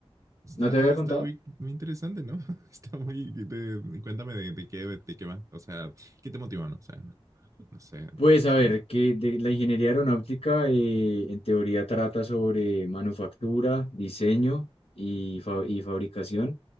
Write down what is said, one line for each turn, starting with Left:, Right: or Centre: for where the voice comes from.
Right: está,
Left: ¿No te había
Right: está
Left: contado?
Right: muy, muy interesante, ¿no? <laughs> Está muy, de- cuéntame de, de qué, de qué va, o sea, ¿qué te motivó, no? O sea, no sé, no,
Left: Pues
Right: no sé,
Left: a ver,
Right: no.
Left: que de la ingeniería aeronáutica eh, en teoría trata sobre manufactura, diseño y, fa- y fabricación